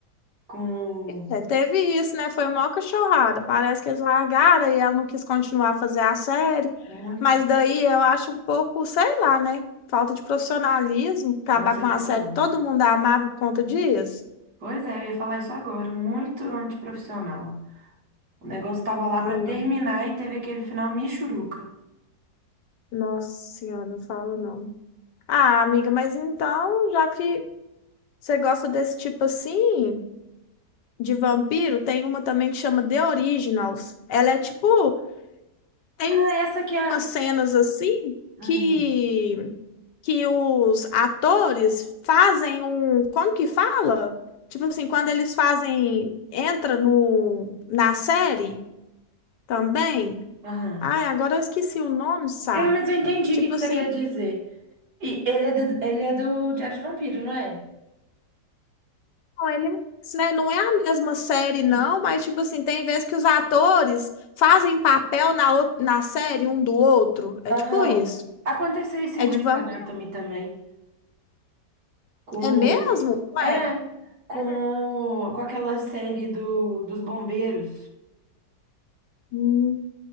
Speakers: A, on the right; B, on the left.
A: com
B: é, teve isso, né? Foi uma cachorrada. Parece que eles largaram e ela não quis continuar a fazer a série.
A: muito...
B: Mas daí eu acho um pouco, sei lá, né? Falta de profissionalismo, acabar
A: não sei
B: com
A: ia
B: a
A: falar
B: série
A: agora.
B: que todo mundo amava por conta disso.
A: Pois é, eu ia falar isso agora, muito antiprofissional. O negócio tava lá
B: Ah,
A: pra
B: não.
A: terminar e teve aquele final michuruca.
B: Nossa senhora, não falo não. Ah, amiga, mas então, já que você gosta desse tipo assim, de vampiro, tem uma também que chama The Originals. Ela é tipo, tem
A: Ah, essa que é...
B: umas
A: a-
B: cenas assim
A: Uhum,
B: que que os atores fazem um, como que fala? Tipo assim, quando eles fazem, entra no na série também.
A: aham.
B: Ai, agora eu esqueci o nome, Sá.
A: É, mas eu entendi
B: Tipo
A: o que que
B: assim,
A: você quer dizer. E ele é do, ele é do Diário de Vampiro, não é?
B: Não, ele é, né? Não é a mesma série, não,
A: Hum.
B: mas, tipo assim, tem vezes que os atores fazem papel na, ou- na série um do outro. É
A: Aham.
B: tipo isso.
A: Aconteceu isso
B: É
A: em Grey's
B: de vampiro.
A: Anatomy também, com
B: É mesmo? Ué.
A: É, com,
B: É.
A: o- com aquela série do, dos bombeiros.
B: Hum.